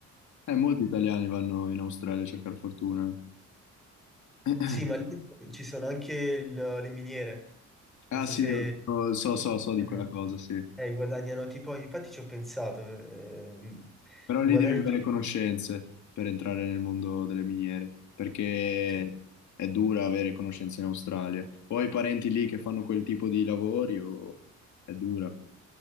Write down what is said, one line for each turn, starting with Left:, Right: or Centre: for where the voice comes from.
Left: Eh, molti italiani vanno in Australia a cercare fortuna. <clears throat>
Centre: Sì, ma lì ci sono anche il- le miniere.
Left: Ah
Centre: Non so
Left: Eh, sì,
Centre: se
Left: io so, so, so so di
Centre: eh,
Left: quella cosa, sì.
Centre: eh, guadagnano tipo, infatti ci ho pensato, eh,
Left: Però
Centre: guadagnano
Left: lì devi avere conoscenze per entrare nel mondo delle miniere, perché
Centre: sì.
Left: è dura avere conoscenze in Australia. O hai parenti lì che fanno quel tipo di lavori o è dura.